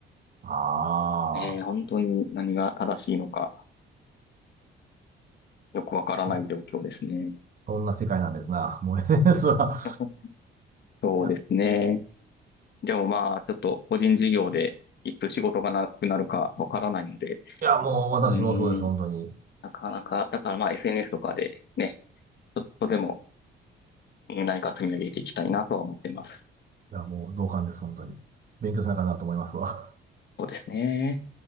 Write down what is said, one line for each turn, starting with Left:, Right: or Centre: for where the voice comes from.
Right: ああ、
Left: えー本当に何が正しいのかよくわからない状況ですね。
Right: そ、そんな世界なんですな。もう SNS は、
Left: <laughs> そうですね。
Right: いや、
Left: でもまあ、ちょっと個人事業でいつ仕事がなくなるかわからないので、
Right: いや、もう私もそうです、
Left: うーん、
Right: 本当に。い
Left: なかなか、だからまあ SNS とかでね、ちょっとでもうん何か積み上げていきたいなとは思ってます。
Right: や、もう同感です、本当に。勉強しなあかんなと思いますわ。
Left: そうですね。